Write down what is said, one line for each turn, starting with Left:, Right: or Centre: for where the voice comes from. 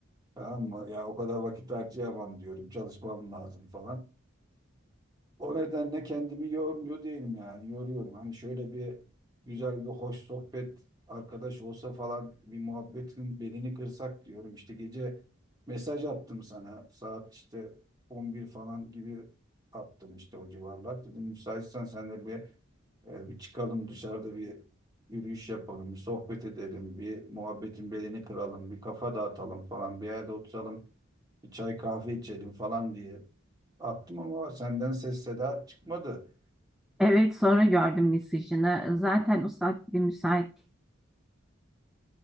Right: Tamam mı? Ya o kadar vakit harcayamam diyorum. Çalışmam lazım falan. O nedenle kendimi yormuyor değilim yani. Yoruyorum. Hani şöyle bir güzel bir hoş sohbet arkadaş olsa falan bir muhabbetin belini kırsak diyorum. İşte gece mesaj attım sana. Saat işte 11 falan gibi attım işte o civarlar. Dedim müsaitsen senle bir e, bir çıkalım dışarıda bir yürüyüş yapalım, bir sohbet edelim, bir muhabbetin belini kıralım, bir kafa dağıtalım falan, bir yerde oturalım bir çay kahve içelim falan diye attım ama senden ses seda çıkmadı.
Centre: Evet, sonra gördüm mesajını. Zaten o saatte bir müsaitlik